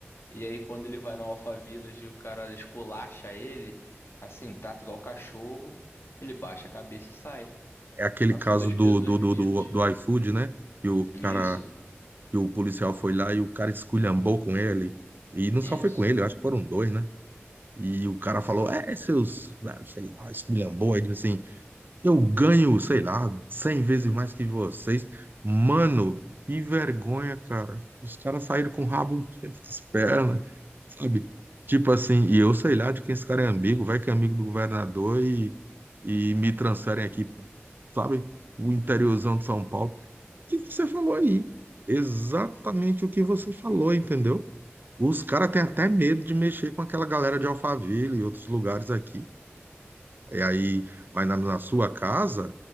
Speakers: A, on the left; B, on the right.
A: E aí quando ele vai no Alphaville e o cara esculacha ele, assim, trata igual cachorro, ele baixa a cabeça e sai.
B: É aquele
A: Então,
B: caso
A: assim, dois
B: do,
A: pesos,
B: do,
A: duas medidas.
B: do, do, do iFood, né? Que o cara,
A: Isso,
B: que o policial foi lá e o cara esculhambou com ele. E não só
A: isso.
B: foi com ele, eu acho que foram dois, né? E o cara falou,
A: Sim.
B: é, seus, ah, sei lá, esculhamboide, assim, eu ganho, sei lá, 100 vezes mais que vocês. Mano, que vergonha, cara. Os caras saíram com o rabo <laughs> entre as pernas, sabe? Tipo assim, e eu sei lá de quem esse cara é amigo, vai que é amigo do governador e, e me transferem aqui, pô, sabe? O interiorzão de São Paulo. O que você falou aí? Exatamente o que você falou, entendeu? Os caras têm até medo de mexer com aquela galera de Alphaville e outros lugares aqui. E aí, mas na, na sua casa,